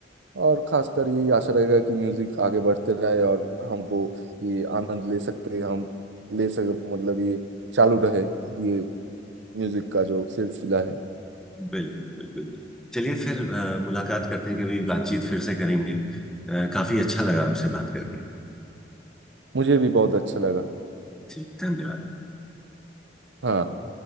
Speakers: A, on the right; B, in the centre.
A: और खासकर यही आशा रहेगा कि म्यूजिक आगे बढ़ते रहे और हमको ये आनंद ले सकते हम ले सके मतलब ये चालू रहे ये म्यूजिक का जो सिलसिला है
B: बिल्कुल बिल्कुल चलिए फिर अ, मुलाकात करते हैं कभी बातचीत फिर से करेंगे अ, काफी अच्छा लगा आपसे बात करके
A: मुझे भी बहुत अच्छा लगा
B: जी धन्यवाद
A: हाँ